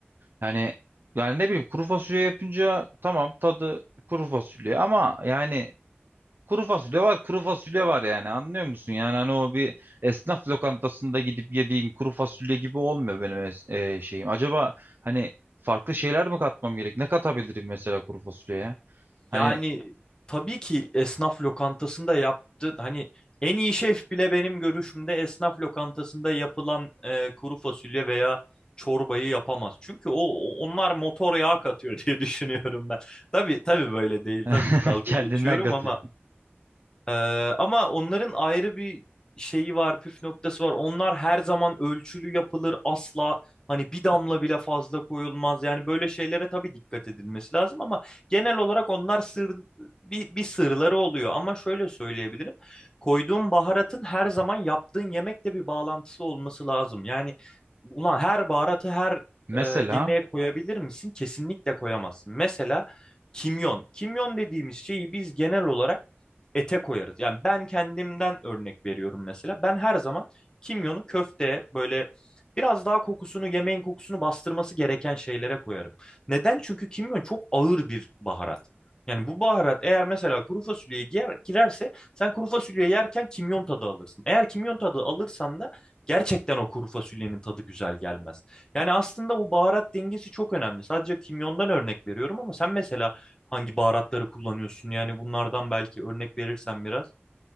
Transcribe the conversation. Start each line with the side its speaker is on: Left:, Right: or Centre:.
Right: Yani yani ne bileyim kuru fasulye yapınca tamam tadı kuru fasulye ama yani Kuru fasulye var, kuru fasulye var yani anlıyor musun? Yani hani o bir esnaf lokantasında gidip yediğin kuru fasulye gibi olmuyor benim es- e, şeyim. Acaba hani farklı şeyler mi katmam gerek? Ne katabilirim mesela kuru fasulyeye? Hani
Left: Yani tabii ki esnaf lokantasında yaptı hani en iyi şef bile benim görüşümde esnaf lokantasında yapılan e, kuru fasulye veya çorbayı yapamaz. Çünkü o o- onlar motor yağı katıyor <laughs> diye düşünüyorum ben. Tabii tabii böyle değil.
Right: <laughs>
Left: Tabii ki dalga
Right: kendinden
Left: geçiyorum
Right: katıyor.
Left: ama ee, ama onların ayrı bir şeyi var, püf noktası var. Onlar her zaman ölçülü yapılır, asla hani bir damla bile fazla koyulmaz. Yani böyle şeylere tabii dikkat edilmesi lazım ama genel olarak onlar sır bir, bir sırları oluyor. Ama şöyle söyleyebilirim. Koyduğun baharatın her zaman yaptığın yemekle bir bağlantısı olması lazım. Yani ulan her baharatı her
Right: Mesela
Left: e, yemeğe koyabilir misin? Kesinlikle koyamazsın. Mesela kimyon. Kimyon dediğimiz şeyi biz genel olarak ete koyarız. Yani ben kendimden örnek veriyorum mesela. Ben her zaman kimyonu köfteye böyle biraz daha kokusunu, yemeğin kokusunu bastırması gereken şeylere koyarım. Neden? Çünkü kimyon çok ağır bir baharat. Yani bu baharat eğer mesela kuru fasulyeye girer- girerse sen kuru fasulyeyi yerken kimyon tadı alırsın. Eğer kimyon tadı alırsan da gerçekten o kuru fasulyenin tadı güzel gelmez. Yani aslında bu baharat dengesi çok önemli. Sadece kimyondan örnek veriyorum ama sen mesela Hangi baharatları kullanıyorsun? Yani bunlardan belki örnek verirsen biraz.